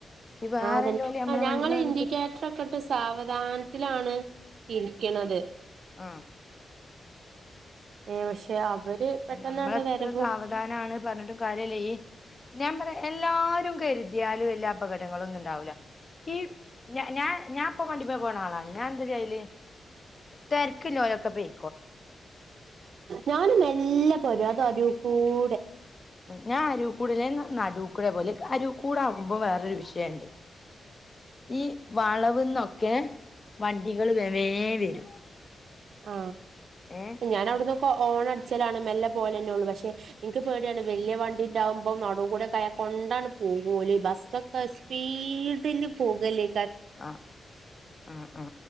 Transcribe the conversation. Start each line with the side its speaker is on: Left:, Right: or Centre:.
Left: ഈ വേറെല്ലോല്
Right: ആതന്നെ
Left: നമ്മളെ
Right: ആ ഞങ്ങള്
Left: വണ്ടിമേ വന്ന്
Right: ഇൻഡിക്കേറ്റർ
Left: കു
Right: ഒക്കെ ഇട്ട് സാവധാനത്തി ലാണ് ഇരിക്ക്ണത്
Left: ആ
Right: ഏ പക്ഷെ അവര് പെട്ടെന്നാണ്ട്
Left: അ ഞമ്മളെത്ര
Right: വരവും
Left: സാവധാനാണ് പറഞ്ഞിട്ടും കാര്യല്ല ഈ ഞാൻ പറയാ എല്ലാരും കരുതിയാലും എല്ലാ അപകടങ്ങള ഒന്നും ഉണ്ടാവൂല്ല ഈ ഞാ ഞാ ഇപ്പ വണ്ടിമ്മ പോണ ആളാണ് ഞാൻ എന്ത ചെയ്യല് തെര്ക്ക്ല്ലോലൊക്കെ പോയ്
Right: ഞാന് മെല്ലെപോരും അതൊ അരൂകൂടെ
Left: ഞാൻ അരുക്കൂടല്ല ഞാ നടൂക്കൂടെ പോല് അരുക്കൂട ആകുമ്പം വേറെരു വിഷയണ്ട് ഈ വളവ്ന്നൊക്കെ വണ്ടികള് വേ വേ വരും
Right: ആ
Left: ഏ
Right: ഞാൻ അവിട്ന്നൊക്കെ ഓണടിച്ചാലാണ് മെല്ലെ പോലെന്നെള്ളൂ പക്ഷെ ഇൻക്ക് പേടിയാണ് വല്യയവണ്ടി ഉണ്ടാവുമ്പം നടൂകൂടെ ക്കായാ കൊണ്ടണ്ട് പോക്കൂ ഓല് ബസ്സൊക്കെ സ്പീഡില് പോകല്ലേ
Left: ആ ആ ആ